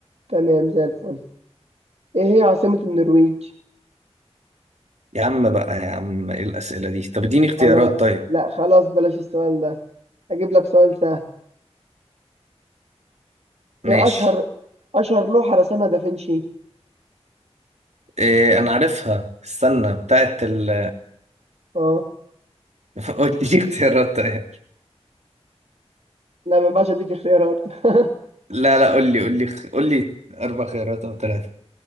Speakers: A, on the right; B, on the right.
A: تمام زي الفل إيه هي عاصمة النرويج؟
B: يا عم بقى يا عم ايه الاسئله دي طب اديني اختيارات
A: على
B: طيب
A: لا خلاص بلاش السؤال ده أجيب لك سؤال سهل
B: ماشي
A: إيه أشهر أشهر لوحة رسمها دافنشي؟
B: إيه انا عارفها استنى بتاعت ال
A: آه
B: <laughs> قول لي اختيارات طيب
A: لا ما ينفعش أديك اختيارات <laughs>
B: لا لا قول لي قول لي قول لي اربع خيارات او ثلاثه